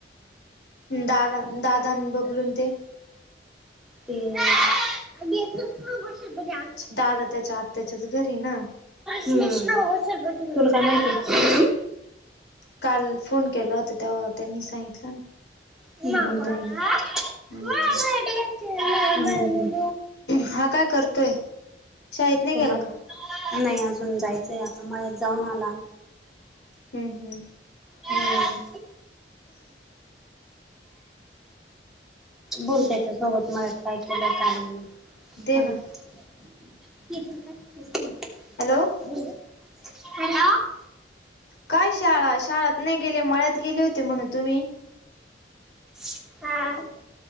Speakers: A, on the left (about 80°); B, in the centre.
A: दादा दादा न बबलून ते.
B: ते <unintelligible> <unintelligible>
A: दादा त्याच्या आत्याच्याच घरी ये ना.
B: हम्म तुला काय माहिती.
A: काल फोन केला होता तेव्हा त्यांनी सांगितलं ना.
B: <inaudible>
A: ताईनी हम्म हा, काय करतोय शाळेत नाही
B: तुम्हा
A: गेला का?
B: नाही अजून जायचय, आता मळ्यात जाऊन आला.
A: हम्म हम्म,
B: हम्म, बोल त्याच्या सोबत मलात काय केलं काय नाही.
A: दे ना
B: ते पण का <unintelligible>
A: हॅलो!
B: <unintelligible>
A: काय शाळा शाळात नाही गेले, मळ्यात गेले होते म्हणून तुम्ही?
B: <unintelligible>